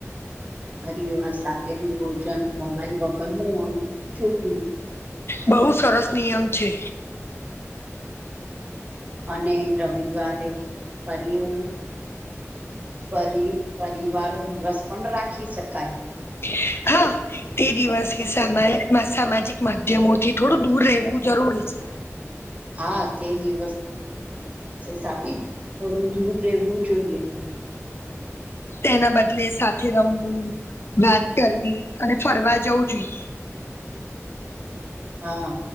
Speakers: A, on the right; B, on the left.
A: હરિ યુવાર સાથેનું ભોજન મોબાઈલ વગર નું હોવું જ જોઈએ.
B: બહુ સરસ નિયમ છે.
A: અને રવિવારે પરીઓનું પરી. પરિવાર દિવસ પણ રાખી શકાય.
B: <inaudible> હા, તે દિવસે સામાય મા સામાજિક માધ્યમોથી થોડું દૂર રેવું જરૂરી છે.
A: હા, તે દિવસ સે સામા થોડું દૂર રેવું જોઈએ.
B: તેના બદલે સાથે રમવું, વાત કરવી અને ફરવા જવું જોઈએ.
A: હા,